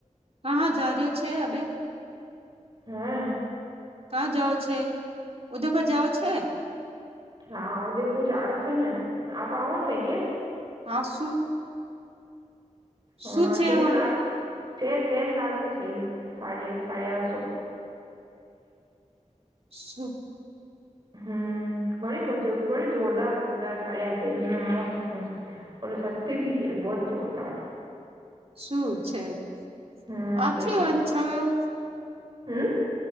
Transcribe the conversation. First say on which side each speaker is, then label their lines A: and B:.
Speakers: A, on the right; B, on the right.
A: હા હા જાર્યો છે આપડે
B: હા.
A: ક્યાં જાઓ છે ઉધયપુર જાઓ છે.
B: હા ઉદેપુર ચાડે છે ને આપ આવો છે કે
A: હા શું?
B: હા
A: શું છે
B: સેલ
A: એમાં
B: લાગ સેલ સીલ લાગ રે સેલ સાડે સાડયા સો
A: શું?
B: હમ્મ ઘણી ગજબ ઘણી જોરદાર જોરદાર સાડિયા છે મસ્ત ઓ સસ્તી ભી હે બહુત જોરદાર
A: શું છે?
B: હમ્મ
A: આછો
B: છે હમ્મ.